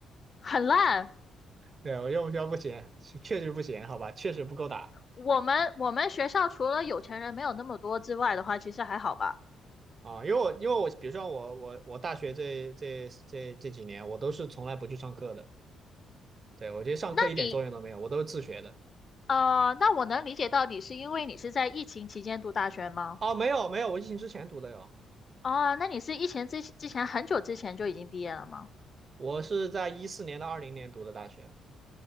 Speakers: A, on the left (about 40°); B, on the right (about 40°).
A: 很烂。
B: 对，我觉得我们学校不行，确确实不行，好吧，确实不够打
A: 我们我们学校除了有钱人没有那么多之外的话，其实还好吧。
B: 啊。因为我因为我比如说我我我大学这这这这几年，我都是从来不去上课的。对，我觉得上课一点作用都没有，
A: 那你
B: 我都是自学的。
A: 呃，那我能理解到你是因为你是在疫情期间读大学吗？
B: 哦，没有没有，我疫情之前读的哟，
A: 哦，那你是疫情之之前很久之前就已经毕业了吗？
B: 我是在一四年到二零年读的大学。